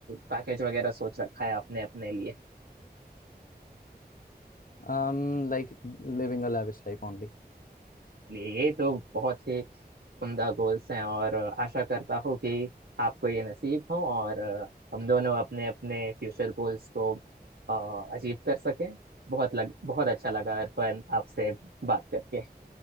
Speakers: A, on the right; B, on the left.
A: पैकेज वगैरह सोच रखा है आपने अपने लिए
B: हम्म like living a lavish life only
A: चलिए ये तो बहुत ही उम्दा गोल्स हैं और आशा करता हूँ कि आपको ये नसीब हो और हम दोनों अपने अपने फ्यूचर गोल्स को अ, अचीव कर सकें बहुत लग बहुत अच्छा लगा अर्पण आपसे बात करके